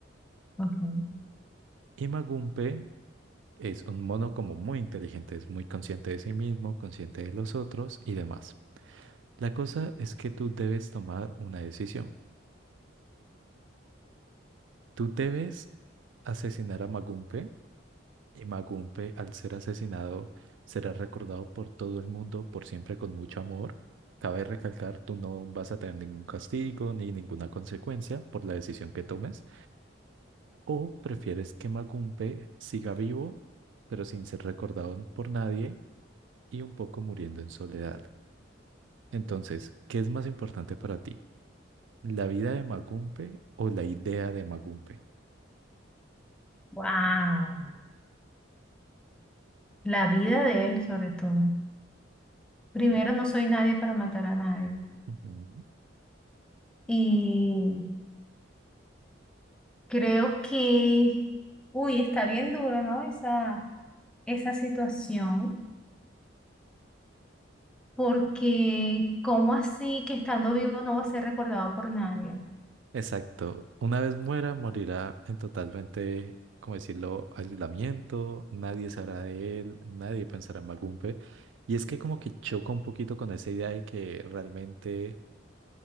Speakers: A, in the centre; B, on the right.
A: ok.
B: Y Magumpe Es un mono como muy inteligente, es muy consciente de sí mismo, consciente de los otros y demás. La cosa es que tú debes tomar una decisión. Tú debes asesinar a Magumpe y Magumpe al ser asesinado será recordado por todo el mundo por siempre con mucho amor. Cabe recalcar, tú no vas a tener ningún castigo ni ninguna consecuencia por la decisión que tomes. O prefieres que Magumpe siga vivo, pero sin ser recordado por nadie y un poco muriendo en soledad. Entonces, ¿qué es más importante para ti? ¿La vida de Magumpe o la idea de Magumpe?
A: Wow, la vida de él sobre todo. Primero, no soy nadie para matar a nadie.
B: Ujú.
A: Y creo que, uy, está bien duro, ¿no? Esa, esa situación, porque ¿cómo así que estando vivo no va a ser recordado por nadie?
B: Exacto. Una vez muera, morirá en totalmente, como decirlo, aislamiento, nadie sabrá de él, nadie pensará en Magumpe. Y es que como que choca un poquito con esa idea de que realmente